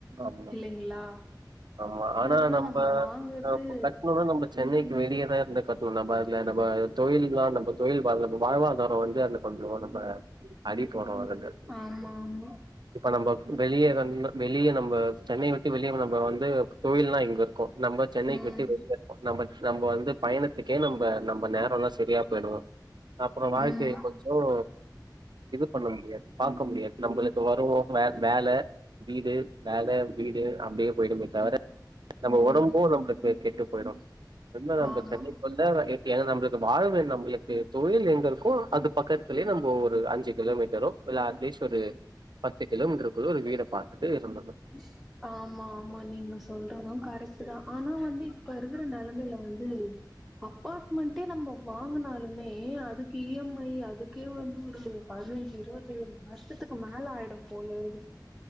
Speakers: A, on the right; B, in the centre.
A: ஆமா
B: இல்லைங்களா
A: ஆமா ஆனா
B: அதுதா
A: நம்ம
B: வாங்குறது
A: கட்னோன நம்ம சென்னைக்கு வெளியேதான் இருந்து கட்டுவோம் நம்ம இது நம்ம நம்ம தொழில் வாழ்வாதாரம் வந்து கொஞ்சம் நம்ம அறி போடுறோம்
B: ஆமா ஆமா
A: இப்ப நம்ம வெளியே எதனா வெளியே நம்ம சென்னைய விட்டு வெளியே நம்ம வந்து தொழில்லாம் இங்க இருக்கும் நம்ம சென்னைக்கு
B: ம்
A: விட்டு வெளியே இருப்போம் நம்ம நம்ம வந்து பயணத்துக்கே நம்ம நம்ம நேரம் எல்லாம் சரியா போயிடும் அப்புறம் வாழ்க்கைல
B: ம்
A: கொஞ்சம் இது பண்ண முடியாது பாக்க முடியாது நம்மளுக்கு வருவோம் வே வேல வீடு வேல வீடு அப்டியே போயிடுமே தவிர நம்ம
B: ம்
A: ஒடம்பும் நம்மளுக்கு கெட்டு போயிடும் ரெண்டாவது நான்
B: ஆமா
A: சென்னை நம்மளுக்கு வாழ்வு நம்மளுக்கு தொழில் எங்க இருக்கோ அது பக்கத்துலே நம்ம ஒரு அஞ்சு கிலோமீட்டரும் இல்ல அட்லீஸ்ட் ஒரு பத்து கிலோமீட்டருக்குள்ள ஒரு வீட பாத்துட்டு சொந்த
B: <inaudible> ஆமா ஆமா நீங்க சொல்றதும் கரெக்ட் தான் ஆனா வந்து இப்ப இருக்கிற நெலமைல வந்து அப்பாட்மெண்ட் டே நம்மோ வாங்குனாலுமே அதுக்கு இ எம் ஐ அதுக்கே வந்து ஒரு பதுனஞ்சு இருவத்தி ஏழு வருஷத்துக்கு மேல ஆயிடும் போல இருக்குது